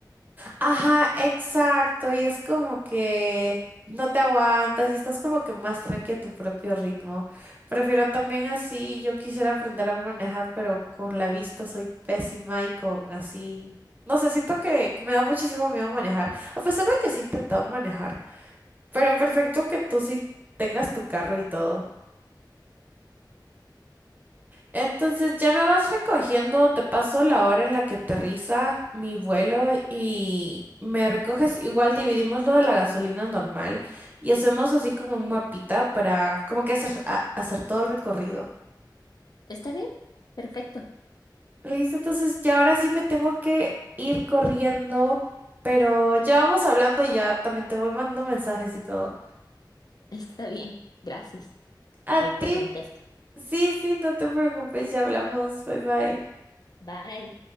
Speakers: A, on the right; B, on the left.
A: Ajá, exacto. Y es como que no te aguantas y estás como que más tranqui a tu propio ritmo. Prefiero también así. Yo quisiera aprender a manejar, pero con la vista soy pésima y con así. No sé, siento que, que me da muchísimo miedo manejar. A pesar de que sí he intentado manejar. Pero perfecto que tú sí tengas tu carro y todo. Entonces ya me vas recogiendo, te paso la hora en la que aterriza mi vuelo y me recoges. Igual dividimos lo de la gasolina normal y hacemos así como un mapita para como que hacer, a- hacer todo el recorrido.
B: ¿Está bien? Perfecto.
A: Listo, entonces ya ahora sí me tengo que ir corriendo, pero ya vamos hablando y ya también te voy mandando mensajes y todo.
B: Está bien, gracias.
A: A
B: Ahí
A: ti,
B: te contesto.
A: sí, sí, no te preocupes, ya hablamos, bye bye.
B: Bye.